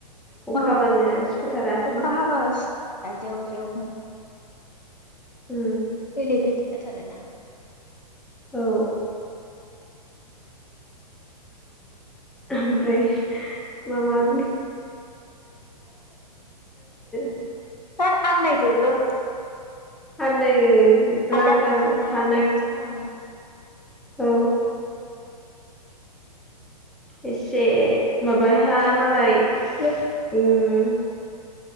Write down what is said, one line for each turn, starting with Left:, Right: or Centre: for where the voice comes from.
Centre: अखा
Left: औ
Centre: हाबानो स्कुटारा थांनो
Left: अखा हाबास जेव जेवनो।
Centre: उम।
Left: बेेले दैथे जाथारोना।
Centre: औ। ओमफ्राय मा मा <unintelligible> <unintelligible>
Left: होथ आन्दाय जोबो।
Centre: आन्दायो। लांदां
Left: आलदा आलदा फैनो नागिरो
Centre: थानो
Left: खोथाफ्रानो।
Centre: औ इस। ए माबाय हा मालाय उम।
Left: हेल'
Centre: लांदां